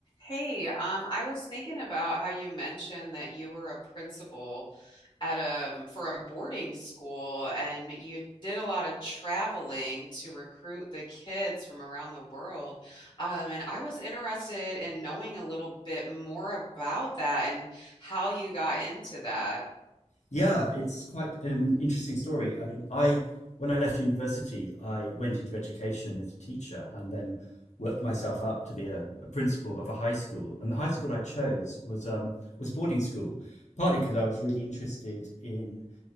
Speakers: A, on the left; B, on the left.
A: Hey, um, I was thinking about how you mentioned that you were a principal at um for a boarding school and you did a lot of traveling to recruit the kids from around the world. Um, and I was interested in knowing a little bit more about that and how you got into that.
B: Yeah, it's quite an interesting story. I mean, I when I left university, I went into education as a teacher and then worked myself up to be a, a principal of a high school. And the high school I chose was um, was a boarding school, partly because I was really interested in